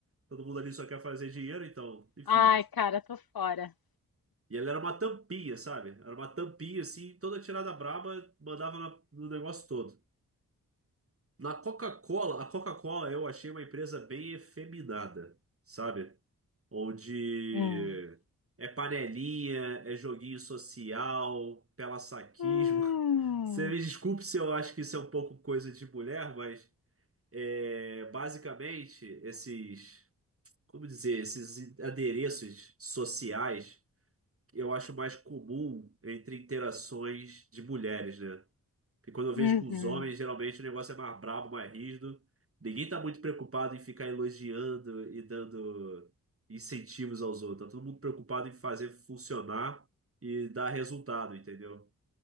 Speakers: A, on the right; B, on the left.
A: todo mundo ali só quer fazer dinheiro, então, enfim.
B: Ai, cara, tô fora.
A: E ela era uma tampinha, sabe? Era uma tampinha, assim, toda tirada braba, mandava na- no negócio todo. Na Coca-Cola, a Coca-Cola eu achei uma empresa bem efeminada, sabe? Onde
B: Hum.
A: é panelinha, é joguinho social, pela-saquismo.
B: Hum.
A: <laughs> Você me desculpe se eu acho que isso é um pouco coisa de mulher, mas é, basicamente esses, como dizer, esses adereços sociais eu acho mais comum entre interações de mulheres, né? Porque quando eu vejo
B: Uhum,
A: com os homens, geralmente o negócio é mais brabo, mais rígido. Ninguém tá muito preocupado em ficar elogiando e dando incentivos aos outros. Tá todo mundo preocupado em fazer funcionar e dar resultado, entendeu?